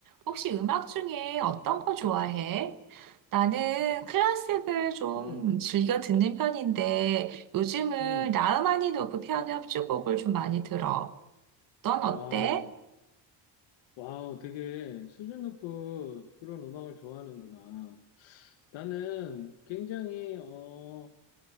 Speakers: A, on the right; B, on the left.
A: 혹시 음악 중에 어떤 거 좋아해? 나는 클래식을 좀
B: 응,
A: 즐겨 듣는 편인데 요즘은
B: 응,
A: 라흐마니노프 피아노 협주곡을 좀 많이 들어. 넌
B: 와우,
A: 어때?
B: 와우, 되게 수준 높은 그런 음악을 좋아하는구나. 나는 굉장히, 어,